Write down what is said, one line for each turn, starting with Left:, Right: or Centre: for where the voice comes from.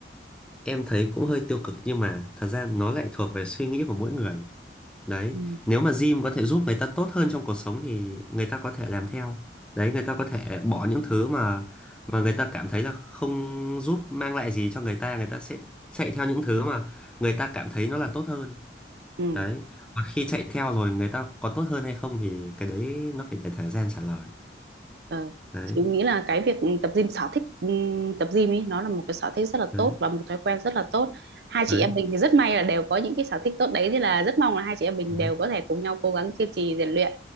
Centre: em thấy cũng hơi tiêu cực nhưng mà thật ra nó lại thuộc về suy nghĩ của mỗi người đấy
Right: ừ.
Centre: nếu mà gym có thể giúp người ta tốt hơn trong cuộc sống thì người ta có thể làm theo đấy người ta có thể bỏ những thứ mà mà người ta cảm thấy là không giúp mang lại gì cho người ta người ta sẽ chạy theo những thứ mà người ta cảm thấy nó là tốt hơn
Right: Ừ.
Centre: đấy còn khi chạy theo rồi người ta có tốt hơn hay không thì cái đấy nó phải để thời gian trả lời
Right: Ờ.
Centre: đấy
Right: chị nghĩ là cái việc tập gym sở thích ừ, tập gym ấy nó là một cái sở thích rất là
Centre: đấy
Right: tốt và một thói quen rất là tốt hai chị
Centre: đấy,
Right: em mình thì rất may là đều có những cái sở thích tốt đấy thì là rất mong là hai chị em mình
Centre: đấy.
Right: đều có thể cùng nhau cố gắng kiên trì rèn luyện